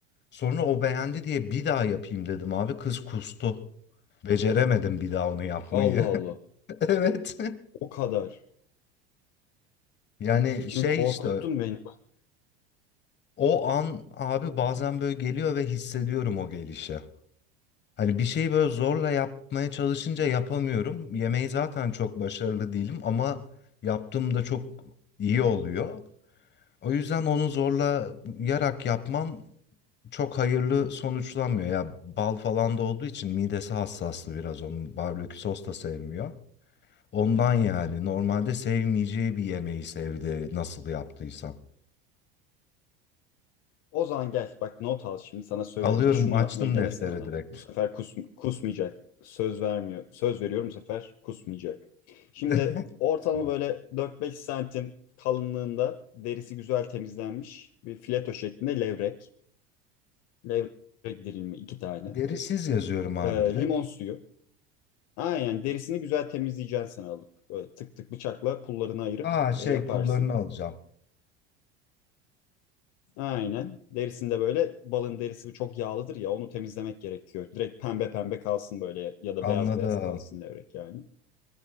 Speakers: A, on the left; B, on the left.
A: Sonra o beğendi diye bir daha yapayım dedim abi. Kız kustu. Beceremedim bir daha onu yapmayı.
B: Allah Allah.
A: <laughs> Evet.
B: O kadar.
A: Yani
B: Şimdi
A: şey
B: korkuttun
A: işte
B: beni.
A: O an abi bazen böyle geliyor ve hissediyorum o gelişi. Hani bir şeyi böyle zorla yapmaya çalışınca
B: Hı,
A: yapamıyorum. Yemeği zaten çok başarılı değilim ama yaptığımda çok iyi oluyor. O yüzden onu zorla yarak yapmam çok hayırlı sonuçlanmıyor. Ya bal falan da olduğu için midesi hassaslı biraz onun. Barbekü sos da sevmiyor. Ondan
B: hı.
A: yani normalde sevmeyeceği bir yemeği sevdi nasıl yaptıysam.
B: O zaman gel bak not al şimdi sana söylüyorum.
A: Alıyorum
B: Bir şunu
A: açtım
B: yapmayı denesen
A: deftere
B: ona.
A: direkt.
B: Bu sefer kus, kusmayacak. Söz vermiyor. Söz veriyorum bu sefer kusmayacak. Şimdi
A: <laughs>
B: ortalama böyle 4-5 santim kalınlığında derisi güzel temizlenmiş bir fileto şeklinde levrek. Levrek dilimi iki tane.
A: Derisiz yazıyorum abi
B: Ee,
A: direkt.
B: limon suyu. Aynen derisini güzel temizleyeceksin sen alıp. Böyle tık tık bıçakla pullarını ayırıp
A: Aa şey
B: e, yaparsın.
A: pullarını alacağım.
B: Aynen. Derisinde böyle balın derisi çok yağlıdır ya onu temizlemek gerekiyor. Direkt pembe pembe kalsın böyle ya da
A: Anladım.
B: beyaz beyaz kalsın levrek yani.